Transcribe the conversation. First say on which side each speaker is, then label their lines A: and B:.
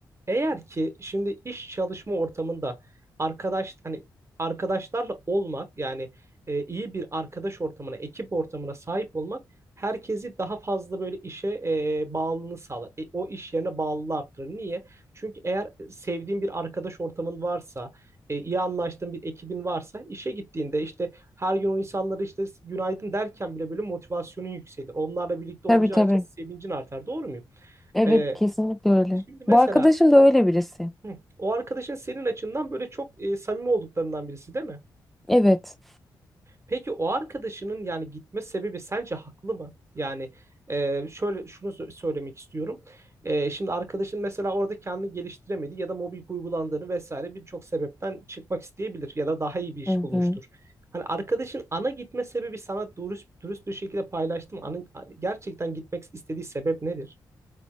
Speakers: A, on the right; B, in the centre.
A: eğer ki şimdi iş çalışma ortamında arkadaş hani arkadaşlarla olmak yani e, iyi bir arkadaş ortamına, ekip ortamına sahip olmak herkesi daha fazla böyle işe e, bağlılığını sağlar. E, o iş yerine bağlılığı arttırır. Niye? Çünkü eğer sevdiğin bir arkadaş ortamın varsa, e, iyi anlaştığın bir ekibin varsa işe gittiğinde işte her gün o insanlara işte günaydın derken bile böyle motivasyonun yükselir. Onlarla birlikte
B: Tabii
A: olacağın
B: tabii.
A: için sevincin artar. Doğru muyum?
B: Evet,
A: E,
B: kesinlikle öyle.
A: Şimdi mesela
B: Bu arkadaşım da öyle birisi.
A: Hı. O arkadaşın senin açından böyle çok e, samimi olduklarından birisi değil mi?
B: Evet.
A: Peki o arkadaşının yani gitme sebebi sence haklı mı? Yani e, şöyle şunu sö- söylemek istiyorum. E, şimdi arkadaşın mesela orada kendini geliştiremedi ya da mobbing uygulandığını vesaire birçok sebepten çıkmak isteyebilir ya da daha iyi bir iş
B: Hı
A: bulmuştur.
B: hı.
A: Hani arkadaşın ana gitme sebebi sana dürüst dürüst bir şekilde paylaştım. Ana, gerçekten gitmek istediği sebep nedir?